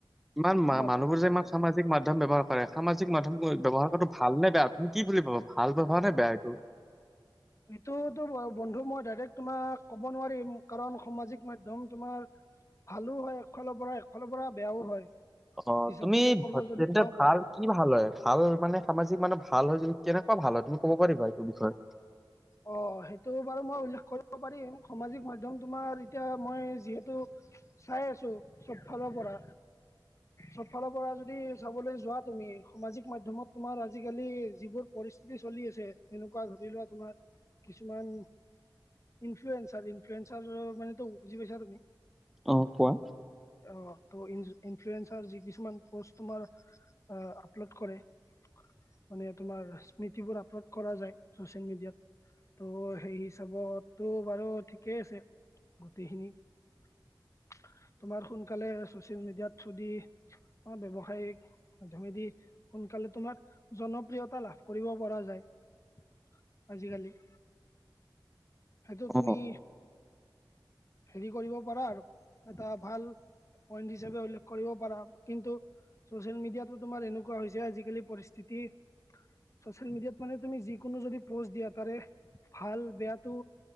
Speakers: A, in the centre; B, on the left.
A: ইমান মা-মানুহবোৰ
B: অ
A: যে ইমান সামাজিক মাধ্যম ব্যৱহাৰ কৰে সামাজিক মাধ্যম ক-ব্যবহাৰ কৰাটো ভাল নে বেয়া তুম কি বুলি অলপ ভাল ভাবা নে বেয়া এইটো?
B: এইটোতো বন্ধু মই ডাইৰেক্ট তোমাক ক'ব নোৱাৰিম কাৰণ সমাজিক মাধ্য়ম তোমাৰ ভালো হয় একফালৰ পৰা একফালৰ পৰা বেয়াও হয়।
A: অ'
B: হিচাপ
A: তুমি
B: মতে ক'ব যদি
A: তেন্তে
B: যাওঁ
A: ভাল
B: মই
A: কি ভাল হয় ভাল মানে সামাজিক মানুহ ভাল ভাল হয় যদি কেনেকুৱা ভাল হয় তুমি ক'ব পাৰিবা এইটো বিষয়ে?
B: অ', অ' সেইটো বাৰু মই উল্লেখ কৰিব পাৰিম সামাজিক মাধ্যম তোমাৰ এতিয়া মই যিহেতু চাই আছোঁ চবফালৰ পৰা। চব ফালৰ পৰা যদি চাবলৈ যোৱা তুমি সামাজিক মাধ্যমত তোমাৰ আজিকালি যিবোৰ পৰি স্হিতি চলি আছে তেনেকুৱা ধৰি লোৱা তোমাৰ কিছুমান ইনফ্লুয়েনঞ্চাৰ ইনফ্লুয়েনঞ্চাৰ য মানে টো বুজি পাইছা তুমি?
A: অ কোৱা।
B: অ ত' ইনফ্লুয়েনঞ্চাৰ যি কিছুমান পষ্ট তোমাৰ আপলোড কৰে মানে তোমাৰ স্মৃতিবোৰ আপলোড কৰা যায় চছিয়েল মিডিয়াত। ত' সেই হিচাপতটো বাৰু ঠিকেই আছে। গোটেইখিনিক তোমাৰ সোনকালে চচিয়েল মিডিয়াত থ্ৰু দি ব্যৱসায়িক মাধ্যমেদি সোন কালে তোমাক জনপ্ৰিয়তা লাভ কৰিব পৰা যায় আজিকালি। সেইটো
A: অ
B: তুমি হেৰি কৰিব পাৰা আৰু এটা ভাল পইণ্ট হিচাপে উল্লেখ কৰিব পাৰা কিন্তু চচিয়েল মিডিয়াটো তোমাৰ এনেকুৱা হৈছে আজিকালি পৰিস্থিতি চছিয়াল মিডিয়াত মানে তুমি যিকোনো যদি প'ষ্ট দিয়া তাৰে ভাল-বেয়াটো